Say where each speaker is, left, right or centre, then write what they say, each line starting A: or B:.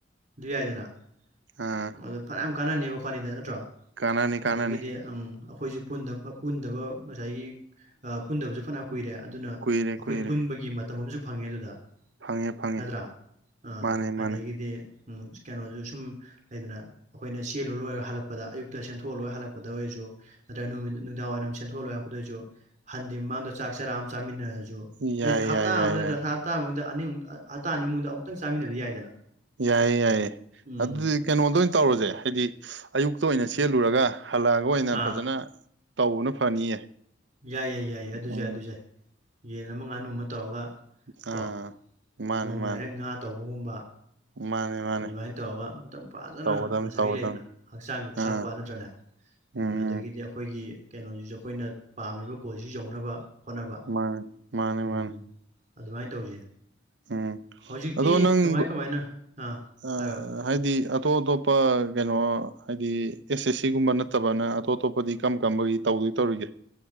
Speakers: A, on the right; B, on the right.
A: ꯑꯗꯨꯏ ꯌꯥꯏꯗꯅ
B: ꯑꯥ
A: ꯑꯗꯨ ꯐꯅꯌꯥꯝ ꯀꯥꯟꯅꯅꯦꯕ ꯈ꯭ꯋꯥꯅꯤꯗ ꯅꯠꯇ꯭ꯔꯣ
B: ꯀꯥꯟꯅꯅꯤ ꯀꯥꯟꯅꯅꯤ
A: ꯑꯗꯒꯤꯗꯤ ꯎꯝ ꯑꯩꯈꯣꯏꯁꯨ ꯄꯨꯟꯗꯕ ꯉꯁꯥꯏꯒꯤ ꯄꯨꯟꯗꯕꯁꯨ ꯐꯅ ꯀꯨꯏꯔꯦ ꯑꯗꯨꯅ
B: ꯀꯨꯏꯔꯦ
A: ꯑꯩꯈꯣꯏ
B: ꯀꯨꯏꯔꯦ
A: ꯄꯨꯟꯕꯒꯤ ꯃꯇꯝ ꯑꯃꯁꯨ ꯐꯪꯉꯦ ꯑꯗꯨꯗ
B: ꯐꯪꯉꯦ ꯐꯪꯉꯦ
A: ꯅꯠꯇ꯭ꯔꯥ ꯑꯥ
B: ꯃꯥꯅꯦ ꯃꯥꯅꯦ
A: ꯑꯗꯒꯤꯗꯤ ꯎ ꯀꯩꯅꯣꯁꯨ ꯁꯨꯝ ꯂꯩꯗꯅ ꯑꯩꯈꯣꯏꯅ ꯆꯦꯜꯂꯨ ꯂꯣꯏꯔ ꯍꯜꯂꯛꯄꯗ ꯑꯌꯨꯛꯇ ꯁꯦꯟꯊꯣꯛꯑ ꯂꯣꯏ ꯍꯜꯂꯛꯄꯗ ꯑꯣꯏꯔꯁꯨ ꯅꯠꯇ꯭ꯔꯒ ꯅꯨꯃꯤ ꯅꯨꯡꯗꯥꯡ ꯋꯥꯏꯔꯝ ꯁꯦꯟꯊꯣꯛꯂꯣꯏꯔꯛꯄꯗꯣꯏꯁꯨ ꯍꯟꯗꯤ ꯃꯃꯥꯡꯗ ꯆꯥꯛ ꯆꯥꯔꯥꯑ ꯑꯃ ꯆꯥꯃꯤꯟꯅꯔꯁꯨ
B: ꯌꯥꯏ
A: ꯍꯞꯇꯥ
B: ꯌꯥꯏ ꯌꯥꯏ
A: ꯑꯃ
B: ꯌꯥꯏ
A: ꯍꯞꯇꯥ ꯃꯅꯨꯡꯗ ꯑꯅꯤꯃꯨ ꯍꯞꯇꯥ ꯑꯅꯤꯃꯨꯗ ꯑꯃꯨꯛꯇꯪ ꯆꯥꯃꯤꯟꯅꯕ ꯌꯥꯏꯗꯅ
B: ꯌꯥꯏꯌꯦ ꯌꯥꯏꯌꯦ
A: ꯎꯝ
B: ꯑꯗꯨꯗꯤ ꯀꯩꯅꯣꯗ ꯑꯣꯏꯅ ꯇꯧꯔꯁꯦ ꯍꯥꯏꯗꯤ ꯑꯌꯨꯛꯇ ꯑꯣꯏꯅ ꯁꯦꯠꯂꯨꯔꯒ ꯍꯜꯂꯛꯑꯒ ꯑꯣꯏꯅ
A: ꯑꯥ
B: ꯐꯖꯅ ꯇꯧꯕꯅ ꯐꯅꯤꯌꯦ
A: ꯌꯥꯏ ꯌꯥꯏ ꯌꯥꯏꯌꯦ ꯑꯗꯨꯁꯨ
B: ꯎꯝ
A: ꯌꯥꯏ ꯑꯗꯨ ꯌꯥꯏ ꯌꯦꯟ ꯑꯃ ꯉꯥꯅꯨ ꯑꯃ ꯇꯧꯔꯒ
B: ꯑꯥ
A: ꯀꯣ
B: ꯃꯥꯅꯦ
A: ꯅꯣꯡꯃꯅ
B: ꯃꯥꯅꯦ
A: ꯍꯦꯛ ꯉꯥ ꯇꯧꯕꯒꯨꯝꯕ
B: ꯃꯥꯅꯦ ꯃꯥꯅꯦ
A: ꯑꯗꯨꯃꯥꯏꯅ ꯇꯧꯔꯒ ꯑꯝꯇꯪ ꯐꯖꯅ
B: ꯇꯧꯒꯗꯝ
A: ꯉꯁꯥꯏꯒꯤ
B: ꯇꯧꯒꯗꯝ
A: ꯂꯩꯗꯅ ꯍꯛꯆꯥꯡꯁꯨ ꯊꯥꯛꯄ
B: ꯑꯥ
A: ꯅꯠꯇ꯭ꯔꯅꯦ
B: ꯎꯝ
A: ꯑꯗꯒꯤꯗꯤ
B: ꯎꯝ
A: ꯑꯩꯈꯣꯏꯒꯤ ꯀꯩꯅꯣꯁꯤꯁꯨ ꯑꯩꯈꯣꯏꯅ ꯄꯥꯝꯃꯤꯕ ꯒꯣꯜꯁꯤ ꯌꯧꯅꯕ ꯍꯣꯠꯅꯕ
B: ꯃꯥꯅꯦ ꯃꯥꯅꯦ
A: ꯎꯝ
B: ꯃꯥꯅꯦ
A: ꯑꯗꯨꯃꯥꯏꯅ ꯇꯧꯁꯦ
B: ꯎꯝ
A: ꯍꯧꯖꯤꯛꯇꯤ
B: ꯑꯗꯣ ꯅꯪ
A: ꯀꯃꯥꯏ ꯀꯃꯥꯏꯅ ꯑꯥ
B: ꯑ
A: ꯍꯥꯏꯔꯣ
B: ꯍꯥꯏꯗꯤ ꯑꯇꯣꯞ ꯑꯇꯣꯞꯄ ꯀꯩꯅꯣ ꯍꯥꯏꯗꯤ ꯑꯦꯁ ꯑꯦꯁ ꯁꯤꯒꯨꯝꯕ ꯅꯠꯇꯕꯅ ꯑꯇꯣꯞ ꯑꯇꯣꯞꯄꯗꯤ ꯀꯝ ꯀꯝꯕꯒꯤ ꯇꯧꯗꯣꯏ ꯇꯧꯔꯤꯒꯦ